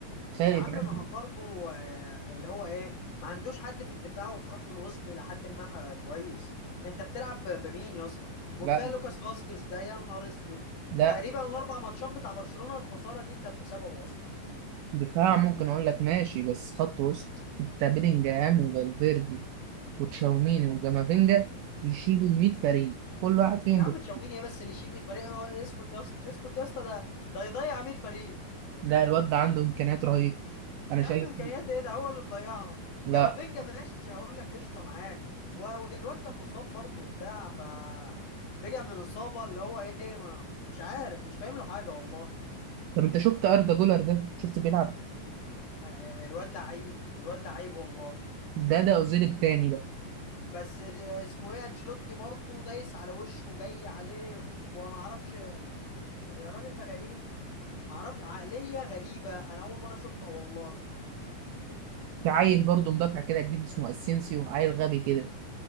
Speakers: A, on the right (about 80°); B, on the left (about 60°).
A: خالي
B: يا عم
A: عنهم
B: ما هو برضه آه، اللي هو ايه ما عندوش حد في الدفاع وفي خط الوسط الى حد ما ح- كويس انت بتلعب ب- بمين يا اسطى وكفايه
A: لا
B: لوكاس فاسكيز ده يا نهار اسود
A: لا
B: تقريبا الاربع ماتشات بتاع برشلونه الخساره دي كانت بسببه اصلا
A: دفاع ممكن أقول لك ماشي بس خط وسط أنت بيلينجهام وفالفيردي وتشاوميني وجامافينجا يشيلوا 100 فريق كل واحد فيهم
B: يا عم
A: بت...
B: تشاوميني ايه بس اللي يشيل 100 فريق هو- اسكت يا اسطى اسكت يا اسطى ده ده يضيع 100 فريق
A: لا الواد ده عنده إمكانيات رهيبة أنا
B: يا
A: شايف
B: عم امكانيات ايه ده هو اللي مضيعنا
A: لا
B: كامافينجا ماشي هقول لك قشطه معاك و- وجلوات كان مصاب برضه وبتاع ف رجع من اصابه اللي هو ايه ما مش عارف مش فاهم له حاجه والله
A: طب أنت شفت أردا جولر ده شفته بيلعب
B: آه، آه، الواد لعيب الواد لعيب والله
A: ده ده اوزيل التاني ده
B: بس آه، اسمه ايه انشيلوتي برضه دايس على وشه وجاي عليه وما اعرفش يا راجل ده غريب ما اعرفش عقليه غريبه انا اول مره اشوفها والله
A: في عيل برضه مدافع كده جديد اسمه اسينسيو عيل غبي كده